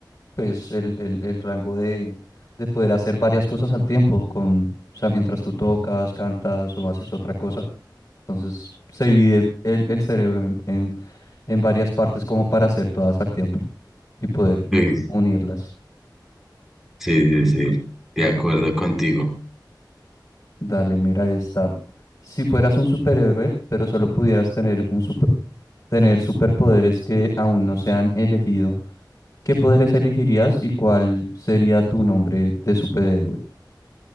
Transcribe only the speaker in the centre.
Uy,
sí, sí, sí, de acuerdo contigo.